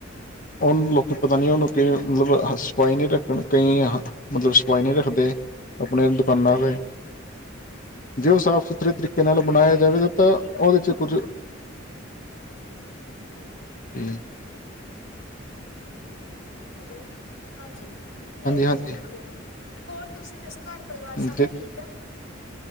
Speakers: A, on the left (about 45°); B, on the left (about 65°).
A: ਉਹਨੂੰ ਲੋਕੀ
B: ਹਾਂਜੀ
A: ਪਤਾ ਨੀ ਉਹਨੂੰ ਕਿ ਮਤਲਬ ਸਫਾਈ ਨਹੀਂੀ ਰੱਖਣ ਕਈ ਮਤਲਬ ਉ ਈ ਨਹੀਂ ਰੱਖਦੇ ਆਪਣੇ ਦੁਕਾਨਾਂ ਤੇਤੇ ਜੇ ਉਹ ਸਾਫ਼ ਸੁਥਰੇ ਤਰੀਕੇ ਨਾਲ ਬਣਾਇਆ ਜਾਵੇ ਤਾਂ
B: ਇਹੀ ਗੱਲ
A: ਉਹਦੇ ਚ ਕੁੱਝ ਹਮ
B: ਹੈਲੋ ਹਾਂਜੀ ਇਹ ਗੱਲ
A: ਹਾਂਜੀ
B: ਹੈਗੀ ਆ ਹੋਰ ਤੁਸੀਂ ਦੱਸੋ ਘਰ ਪਰਿਵਾਰ ਸਬ
A: ਤੇ
B: ਠੀਕ ਆ